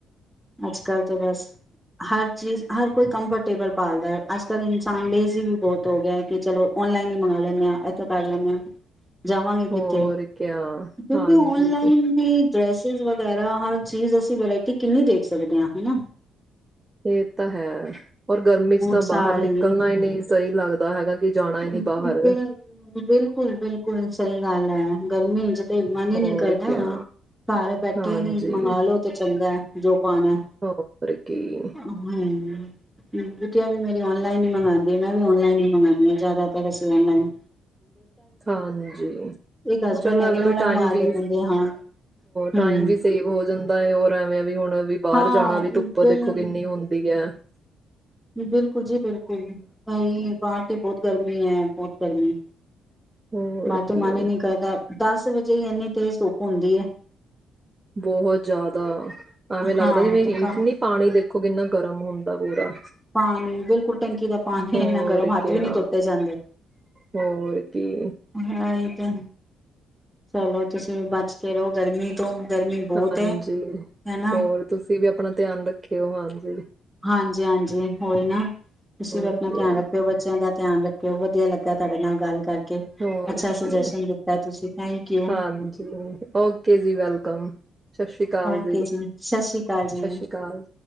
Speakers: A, in the centre; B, on the right.
A: ਅੱਜ ਕੱਲ੍ਹ ਤਾਂ ਬਸ ਹਰ ਚੀਜ਼ ਹਰ ਕੋਈ ਕੰਫਰਟੇਬਲ ਪਾਲਦਾ ਹੈ ਅੱਜ ਕੱਲ ਇਨਸਾਨ ਲੇਜ਼ੀ ਵੀ ਬਹੁਤ ਹੋ ਗਿਆ ਕਿ ਚਲੋ ਓਨਲਾਈਨ ਹੀ ਮੰਗਵਾ ਲੈਂਦੇ ਆਾਂ ਇਥੋਂ ਕਰ ਲੈਂਦੇ ਆਾਂ ਜਾਵਾਂਗੇ ਕਿੱਥੇ
B: ਹੋਰ ਕਿਆ
A: ਕਿਉਂਕਿ
B: ਹਾਂਜੀ
A: ਔਨਲਾਈਨ ਵੀ ਡਰੈਸ ਵਗੈਰਾ ਹਰ ਚੀਜ਼ ਅਸੀਂ ਵਰਾਇਟੀ ਕਿੰਨੀ ਦੇਖ ਸਕਦੇ ਹਾਂ ਹੈ ਨਾ।
B: ਤੇ ਤਾਂ ਹੈ ਪਰਰ ਗਰਮੀ ਚ ਤਾਂ
A: ਸਾੜੀ
B: ਬਾਹਰ ਨਿਕਲਣਾ ਹੀ ਨਹੀਂ ਸਹੀ ਲੱਗਦਾ। ਉਹ ਤਾ ਹੈਗਾ। ਕਿ ਜਾਣਾ ਹੀ ਨਹੀਂ
A: ਬਿਲ,
B: ਬਾਹਰ
A: ਬਿਲਕੁਲ- ਬਿਲਕੁਲ। ਬਿਲਕੁਲ, ਸਹੀ ਗੱਲ ਹੈ, ਗਰਮੀ ਚ ਤੇ ਮਨ ਹੀ
B: ਹੋਰ
A: ਨੀ ਕਰਦਾ,
B: ਕਿਆ
A: ਘਰ ਬੈਠੇ
B: ਹਾਂਜੀ
A: ਹੀ ਮੰਗਾਲਓ ਤੇ ਚੰਗਾ, ਜੋ ਪਾਣਾ
B: ਹੋਰ ਕੀ
A: ਹੂੰ ਬਿਟੀਆ ਵੀ ਮੇਰੀ ਔਨਲਾਈਨ ਹੀ ਮੰਗਉਂਦੀ ਮੈ ਵੀ ਆਨਲਾਈਨ ਹੀ ਮੰਗਾਨਿਆ। ਜਿਆਦਾਤਰ ਅਸੀ ਆਨਲਾਈਨ।
B: ਹਾਂਜੀ,
A: ਇੱਕ ਹਸਬੈਂਡ
B: ਚਲੋ
A: ਹੈਗੇ
B: ਐਵੇਂ
A: ਉਹਨਾਂ
B: ਵੀ ਟਾਈਮ
A: ਨੂੰ ਆਦਤ
B: ਵੀ
A: ਹੁੰਦੀ ਹਾਂ ਹਮ
B: ਟਾਈਮ ਵੀ ਸੇਵ ਹੋ ਜਾਂਦਾ ਹੈਰ ਐਵੇਂ ਵੀ ਹੁਣ ਬਾਹਰ
A: ਹਾਂ
B: ਜਾਣਾ ਵੀ ਧੁੱਪ
A: ਬਿਲ
B: ਦੇਖੋ ਕਿੰਨੀ ਹੁੰਦੀ ਹੈ। ਹਾ
A: ਬਿਲਕੁਲ ਜੀ ਬਿਲਕੁਲ, ਨਹੀਂ ਬਾਹਰ ਤੇ ਬਹੁਤ ਗਰਮੀ ਹੈ ਬਹੁਤ ਗਰਮੀ
B: ਹੋਰ
A: ਮਾਰੇ ਤੇ
B: ਕੀ
A: ਮਨ ਨਹੀਂ ਕਰਦਾ। ਦਸ ਵਜੇ ਹੀ ਇੰਨੀ ਤੇਜ਼ ਧੁਪ ਹੁੰਦੀ ਹੈ।
B: ਬਹੁਤ ਜ਼ਿਆਦਾ ਐਵੇਂ ਲੱਗਦਾ
A: ਹਾਂ
B: ਜਿਵੇਂ
A: ਤੇ
B: ਹੇਠ ਨੀ ਪਾਣੀ ਦੇਖੋ ਕਿੰਨਾ ਗਰਮ ਹੁੰਦਾ। ਦਾ ਪੂਰਾ
A: ਪਾਣੀ ਬਿਲਕੁਲ ਟੰਕੀ ਦਾ ਪਾਣੀ
B: ਹੋਰ
A: ਇੰਨਾ ਗਰਮ ਹੱਥ
B: ਕਿਆ
A: ਵੀ ਨਹੀਂ ਧੋਤੇ ਜਾਂਦੇ,
B: ਹੋਰ ਕੀ
A: ਤਾਂਇ ਤੇ। ਚਲੋ, ਤੁਸੀਂ ਬਚ ਕੇ ਰਹੋ ਗਰਮੀ ਤੋਂ। ਗਰਮੀ ਬਹੁਤ
B: ਹਾਂਜੀ,
A: ਹੈ ਹਨਾ
B: ਹੋਰ ਤੁਸੀਂ ਵੀ ਆਪਣਾ ਧਿਆਨ ਰੱਖਿਓ ਹਾਂ। ਹਾਂ।
A: ਹਾਂਜੀ-ਹਾਂਜੀ, ਉਹੀ ਨਾ। ਤੁਸੀਂ
B: ਹੋਰ
A: ਵੀ ਆਪਣਾ
B: ਕਿਆ
A: ਧਿਆਨ ਰੱਖਿਓ ਬੱਚਿਆਂ ਦਾ ਧਿਆਨ ਰੱਖਿਓ ਵਧੀਆ ਲੱਗਾ ਤੁਹਾਡੇ ਨਾਲ ਗੱਲ ਕਰਕੇ
B: ਹੋਰ
A: ਅੱਛਾ
B: ਕੀ
A: ਸੁਜੈਸ਼ਨ ਦਿੱਤਾ ਤੁਸੀਂ ਥੈਂਕ ਯੂ
B: ਹਾਂਜੀ, ਓਕੇ ਜੀ ਵੈਲਕਮ, ਸਤਿ ਸ੍ਰੀ ਅਕਾਲ
A: ਓਕੇ
B: ਜੀ ਸਤਿ
A: ਸ਼੍ਰੀ ਅਕਾਲ ਜੀ।
B: ਸ੍ਰੀ ਅਕਾਲ।